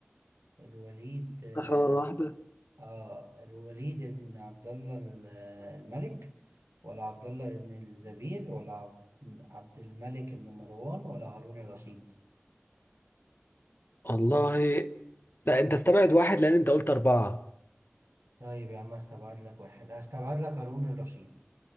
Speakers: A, on the right (about 75°); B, on the left (about 50°).
A: الوليد
B: الصخرة
A: آه
B: مرة واحدة
A: آه، الوليد ابن عبد الله ال- آه، الملك ولا عبد الله ابن الزبير ولا عب- عبد الملك ابن مروان ولا هارون الرشيد
B: والله لا انت استبعد واحد لان انت قلت اربعة
A: طيب يا عم هستبعد لك واحد هستبعد لك هارون الرشيد